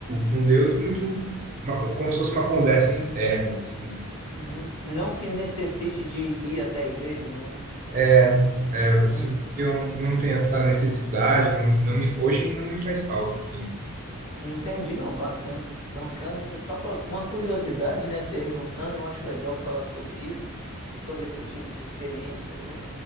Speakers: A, on the right; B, on the left.
A: com Deus muito uma- como se fosse uma conversa interna, assim.
B: uhum. Não que necessite de ir até a igreja, né?
A: É, é, assim,
B: Hum.
A: eu não tenho essa necessidade, não, me- não me, hoje não me faz falta, assim.
B: Entendi, não, bacana. Bacana mesmo. Só para uma curiosidade, né? Perguntando, eu acho legal falar sobre isso, sobre esses tipos de experiências, né?